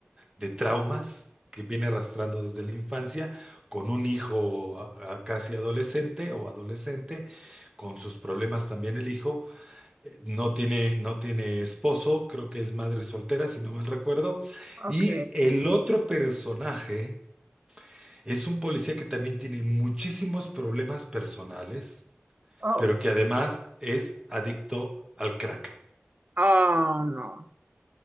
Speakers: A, on the right (about 20°); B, on the right (about 40°).
A: de traumas que viene arrastrando desde la infancia, con un hijo a- a casi adolescente o adolescente, con sus problemas también el hijo, no tiene, no tiene esposo, creo que es madre soltera, si no mal recuerdo. Y
B: ok.
A: el otro personaje es un policía que también tiene muchísimos problemas personales,
B: Oh,
A: pero que además es adicto al crack.
B: oh, no.